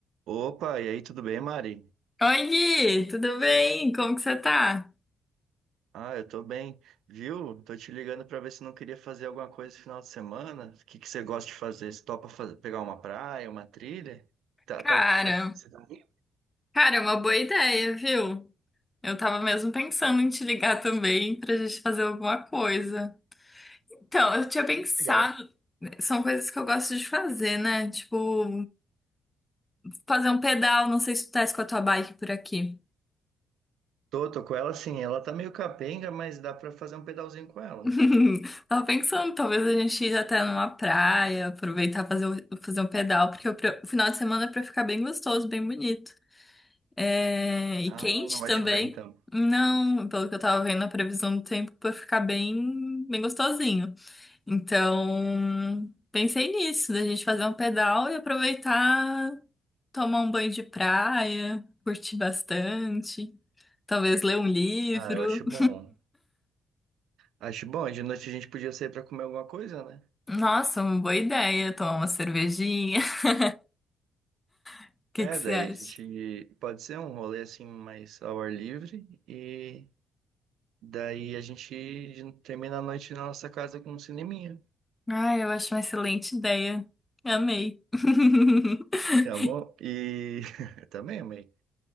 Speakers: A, on the right; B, on the left.
A: Opa, e aí, tudo bem, Mari?
B: Oi, Gui, tudo bem? Como que você tá?
A: Ah, eu tô bem, viu? Tô te ligando pra ver se não queria fazer alguma coisa esse final de semana. O que que você gosta de fazer? Você topa fazer, pegar uma praia, uma trilha? Tá,
B: Cara,
A: tá, tá- você tá meio
B: cara, é uma boa ideia, viu? Eu tava mesmo pensando em te ligar também pra gente fazer alguma coisa. Então, eu tinha pensado,
A: legal.
B: são coisas que eu gosto de fazer, né? Tipo, fazer um pedal, não sei se tu tá com a tua bike por aqui.
A: Tô, tô com ela sim, ela tá meio capenga, mas dá pra fazer um pedalzinho com ela.
B: <laughs> Tava pensando, talvez a gente ir até numa praia, aproveitar fazer, um- fazer um pedal, porque o pre- o final de semana é pra ficar bem gostoso, bem bonito. É, e
A: Ah,
B: quente
A: não vai
B: também.
A: chover então.
B: Não, pelo que eu tava vendo, a previsão do tempo vai ficar bem, bem gostosinho. Então, pensei nisso, da gente fazer um pedal e aproveitar, tomar um banho de praia, curtir bastante, talvez ler um livro.
A: Ah, eu acho
B: <laughs>
A: bom. Acho bom, de noite a gente podia sair pra comer alguma coisa, né?
B: Nossa, uma boa ideia, tomar uma cervejinha. <laughs> O que
A: É,
B: que você
A: daí
B: acha?
A: a gente pode ser um rolê assim mais ao ar livre e Daí a gente termina a noite na nossa casa com um cineminha.
B: Ah, eu acho uma excelente ideia. Amei. <laughs>
A: Você amou? E <laughs> também amei.